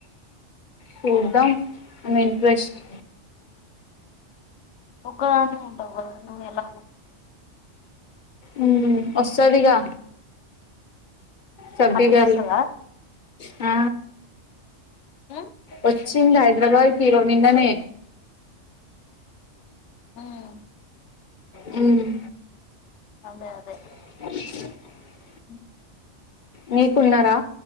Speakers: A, on the left (about 45°); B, on the left (about 70°).
A: చూద్దాం ఉన్న ఇంట్రెస్ట్
B: ఒకగానీవే ఉంటావు గదా నువ్వు ఎలాగ
A: మ్మ్ వస్తదిగా సబ్బి
B: ఆ పిల్ల
A: గారు
B: వస్తదా
A: ఆ
B: ఉమ్
A: వచ్చింది హైదరాబాద్కి ఇరో నిన్ననే
B: మ్మ్
A: మ్
B: అదే అదే
A: <unintelligible>
B: అ
A: మీకున్నారా